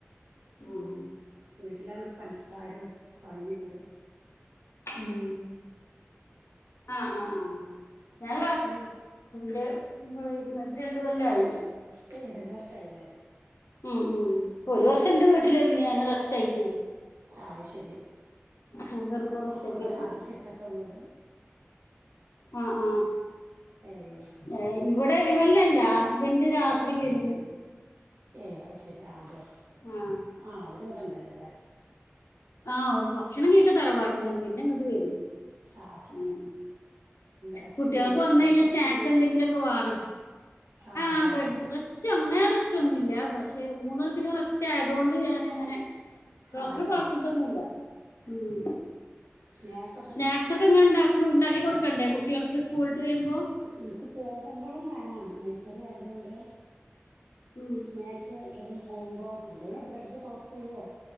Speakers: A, on the left (about 85°); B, on the right (about 70°).
A: ഉം.
B: വീട്ടിലാണങ്കിപൺക്കാരും പണിണ്ട്
A: ഉം ആഹ് ആഹ് ആഹ്
B: അ <unintelligible>
A: ന്റെ <unintelligible> രണ്ട്കൊല്ലയി
B: ന്റെ രണ്ട് വർഷയില്ലേ
A: ഉം ഉം ഒരു വർഷം എന്റെ വീട്ടിലായിരുന്ന് ഞാൻ റെസ്റ്റ് ആയിട്ടേ
B: ആഹ് അയ്ശരി
A: ഉം ഗർഭ റെസ്റ്റ്
B: അപ്പ ഇവിട
A: ഒക്കെ ആയിരുന്നു
B: അടച്ചിട്ടക്കവീട്
A: ആഹ്
B: ഏയ്
A: ആഹ് ഇവിടെ <unintelligible> ഹസ്ബൻഡ് രാ രാത്രി വരും
B: ഏയ് അത് ശരി ആഹ് അതെ
A: ആ
B: ആഹ് അവര് ഇവിട ണ്ടല്ലേ
A: ആഹ് ഭക്ഷണം കയ്ക്ക തറവാട്ട്ന്നാണ് പിന്ന ങ്ങോട്ട് വരും
B: ആഹ്
A: ഉം
B: റെസ്റ്റ്
A: കുട്ടികൾക്ക
B: നല്ല
A: വന്ന
B: ബെഡ്
A: കയിഞ്ഞാൽ
B: റെസ്റ്റ്
A: സ്നാക്സ്
B: കഴിഞ്ഞ്
A: എന്തങ്കില്ക്കെ വേണം
B: ആഹ് അതെ
A: ആ ബെഡ്
B: അതെ
A: ഡ്രസ്റ്റ് അങ്ങനെ റെസ്റ്റ് ഒന്നുംല്ല പക്ഷെ മൂന്നണ്ണത്തിനും റസ്റ്റ് ആയതൊണ്ട് ഞാനിങ്ങനെ ഡോക്ടർ
B: ആഹ് ശരി
A: പറത്തിട്ടൊന്നുംല്ല ഉം
B: സ്നാക്ക്സ്
A: സ്നാക്സ് ക്കെ ങ്ങന ണ്ടാക്കുംണ്ടാക്കി കൊടക്കണ്ടേ കുട്ടികൾക്ക് സ്കൂള് ട്ട്‌ ര്മ്പോൾ
B: ഇൻക്ക് പോകുമ്പോളും വേണം നയ്സറി ആയത് കൊണ്ട്
A: ഉം
B: നാക്സ് ഇവിടന്ന പോവുമ്പോ അല്ലെല് ബ്രെഡ് ടോസ്റ്റ് ചെയ്യ